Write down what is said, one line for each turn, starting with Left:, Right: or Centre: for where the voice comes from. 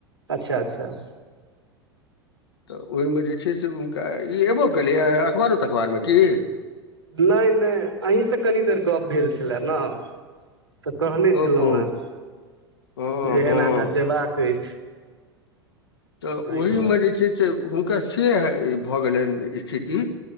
Right: अच्छा अच्छा
Left: तऽ ओहिमे जे छै से हुनका ई एबो केलैए अखबारो त अखबारमे की।
Right: नहि नहि अहीँसँ कनी देर गप्प भेल छलै न। तऽ कहने छलहुँ
Left: ओहो
Right: हेँ
Left: हँ
Right: जे
Left: हँ
Right: एना- एना जेबाक अछि।
Left: तऽ
Right: ताहि
Left: ओहीमे
Right: दुआरे
Left: जे छै से हुनका से भऽ गेलैन स्थिति।